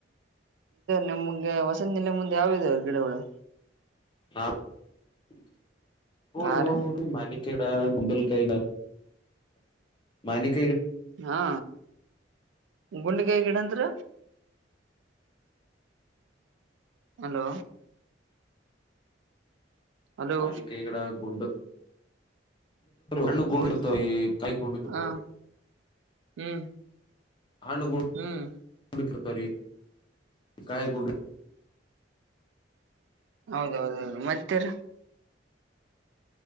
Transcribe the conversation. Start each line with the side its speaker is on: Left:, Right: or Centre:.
Right: ನಿಮ್ ಮುಂದೆ ವಸಂತಿಲ್ಲ ಮುಂದೆ ಯಾವದೆವರು ಗಿಡಗಳು
Left: ಹ <unintelligible>
Right: ಯಾರ
Left: ಅ ಬಿಲ್ ಪಿಗ <unintelligible>
Right: ಹಾ ಗುಂಡಗಾಯ ಗಿಡ ಅಂದ್ರ ಹಲೋ ಹಲೋ
Left: ಮನ ಕೈಗಡ ಗುಡು ಹಣ್ಣು ಗೂಂಡ
Right: ಗುಂಡ್
Left: ಇರ್ತವೆ ಈ ಕಾಯಿ ಗೂಂಡಿರ್ತಾವ
Right: ಹ ಹ್ಮ್
Left: ಆಣಗೊಂಡ
Right: ಹ್ಮ್
Left: ರಿ ಕಾಯ ಕೊಡ
Right: ಹೌದೌದೌದು ಮತ್ತರ